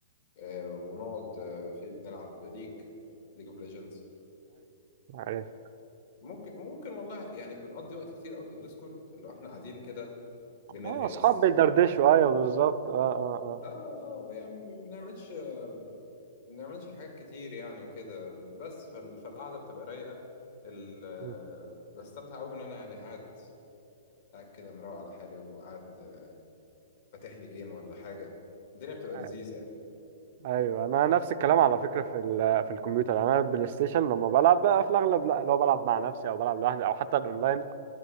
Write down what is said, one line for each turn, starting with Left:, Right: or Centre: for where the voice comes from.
Left: آه، ونقعد آه، في بنلعب ليج ليج اوف ليجندز
Right: ايوه
Left: ممكن ممكن والله يعني بنقضي وقت كتير قوي في الديسكورد اللي هو احنا قاعدين كده بنرغي
Right: اه اصحاب
Left: بس
Right: بيدردشوا ايوه بالظبط اه اه اه
Left: اه اه يعني ما بنعملش ما بنعملش حاجات كتير يعني وكده بس فال- فالقعدة بتبقى رايقة ال- آه،
Right: م.
Left: بستمتع قوي ان انا يعني قاعد قاعد كده مروق على حالي وقاعد آه، فاتح لي جيم ولا حاجة الدنيا بتبقى
Right: آه،
Left: لذيذة يعني
Right: ايوه انا نفس الكلام على فكره في ال- في الكمبيوتر يعني انا البلاي ستيشن لما بلعب بقى في الاغلب لا اللي هو بلعب مع نفسي او بلعب لوحدي او حتى الاونلاين